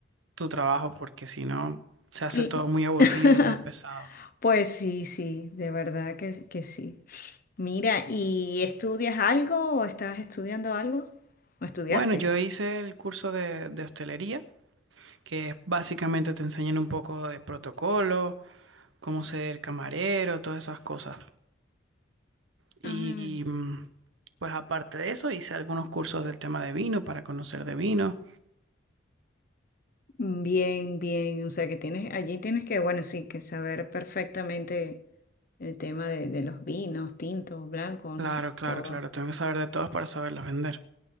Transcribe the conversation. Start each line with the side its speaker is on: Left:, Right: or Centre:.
Right: tu trabajo porque si no se hace
Left: Cl-
Right: todo muy aburrido
Left: <laughs>
Right: y muy pesado.
Left: Pues sí, sí, de verdad que, que sí. Mira, ¿y estudias algo o estabas estudiando algo? ¿O estudiaste?
Right: Bueno, yo hice el curso de, de hostelería, que es básicamente te enseñan un poco de protocolo, cómo ser camarero, todas esas cosas. Y
Left: Ah,
Right: mm, pues aparte de eso, hice algunos cursos del tema de vino para conocer de vino.
Left: bien, bien. O sea que tienes, allí tienes que, bueno, sí, que saber perfectamente el tema de, de los vinos, tintos, blancos,
Right: Claro,
Left: no sé,
Right: claro,
Left: todo.
Right: claro, tengo que saber de todos para saberlos vender.